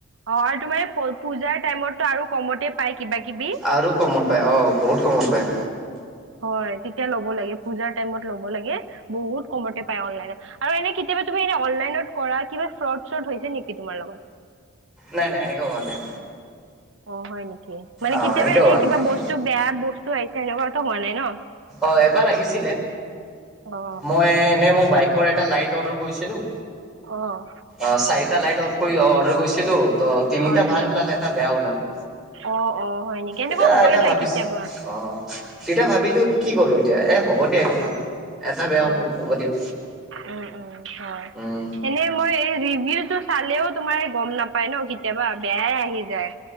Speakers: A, on the right; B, in the centre.
A: অ আৰু তোমাৰ এই পূজাৰ টাইমতো আৰু কমতে পায় কিবা-কিবি।
B: আৰু কমত পায়, অঁ বহুত কমত পায়।
A: হয় তেতিয়া ল'ব লাগে পূজাৰ টাইমত ল'ব লাগে, বহুত কমতে পাই অনলাইনত আৰু এনে কেতিয়াবা তুমি এনে অনলাইনত কৰা কিবা ফ্ৰদ-শ্বৰ্দ হৈছে নেকি তোমাৰ লগত?
B: নাই নাই এনেকে হোৱা নাই।
A: অ হয় নেকি, মানে
B: অ',
A: কেতিয়াবা
B: এনেকে
A: এনেই
B: হোৱা নাই
A: কিবা
B: মানে
A: বস্তু বেয়া বস্তু আহিছে এনেকুৱা হোৱা নাই ন।
B: অ এবাৰ আহিছিলে,
A: অ
B: মই এনে মোৰ বাই কৰ এটা লাইট অৰ্ডাৰ কৰিছিলো।
A: অ'
B: অ চাৰিটা লাইট কৰি অৰ্ডাৰ কৰিছিলো, ত তিনিটা
A: আচ্ছা
B: ভাল ওলাল এটা বেয়া ওলাল।
A: অ অ হয় নেকি এনেকুৱা
B: এতিয়া
A: হৈ
B: এটা
A: যায়
B: ভাবিছ
A: কেতিয়াবা।
B: অ', তেতিয়া ভাবিলো কি কৰো এতিয়া, এ হ'ব দে একো নহয়। এটা বেয়া
A: অ
B: ওলাল হ'ব দিয়া।
A: উম উম হয়,
B: উম,
A: সেনে মই এই ৰিভিউটো তোমাৰে গম নাপায় ন, কেতিয়াবা বেয়াই আহি যায়।